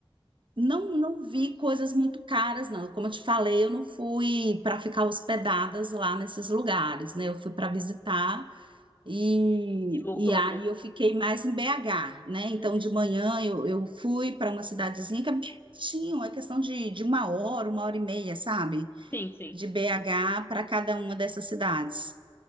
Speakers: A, on the right; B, on the left.
A: não, não vi coisas muito caras, não. Como eu te falei, eu não fui para ficar hospedadas lá nesses lugares, né? Eu fui para visitar e,
B: E voltou
A: e aí
B: mesmo.
A: eu fiquei mais em BH, né? Então,
B: Uhum.
A: de manhã eu, eu fui para uma cidadezinha que é pertinho, é questão de, de uma hora, uma hora e meia, sabe?
B: Sim, sim.
A: De BH para cada uma dessas cidades.